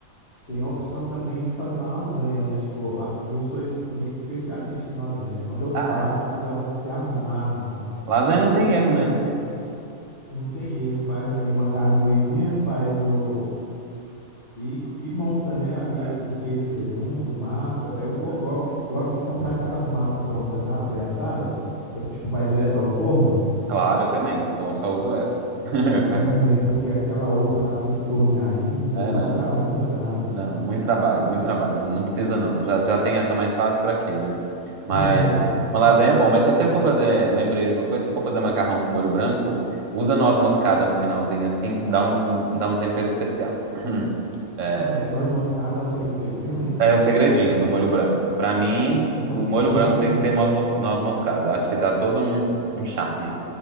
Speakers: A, on the left (about 45°); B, on the right (about 65°).
A: tem a opção também de fazer uma lasanha, né? Tipo, aqui eu sou es- meio que especialista em lasanha. Quando eu faço,
B: Ah, é.
A: ela se amarra, cara.
B: Lasanha não tem erro,
A: Mas
B: né?
A: eu, não tem erro, faz ali uma carne moidinha, faz o. E, e monta, né? Ali
B: É,
A: é com queijo, presunto, massa. Eu go-
B: pois é.
A: gosto gosto de comprar aquelas massas prontas já pré-assada, por- tipo, vai direto ao forno.
B: Claro, eu também. Só, só uso essa. <laughs>
A: Ah, é, porque aquela outra lá tem que cozinhar ainda,
B: É,
A: dá
B: não.
A: um trabalhão danado.
B: Não, muito trabalho, muito trabalho. Não, não precisa, não. Já, já tem essa mais fácil pra quê, né? Mas
A: <laughs>
B: uma lasanha é bom. Mas se você for fazer, lembrei de uma coisa, se for fazer macarrão com molho branco, usa noz moscada no finalzinho, assim, dá um, dá um tempero especial. <clears throat> É,
A: Ah, é? Noz moscada é um segredinho, hein?
B: é o segredinho do molho branco. Pra mim,
A: Rapaz.
B: o molho branco tem que ter noz, mos- noz moscada. Eu acho que dá todo um, um charme.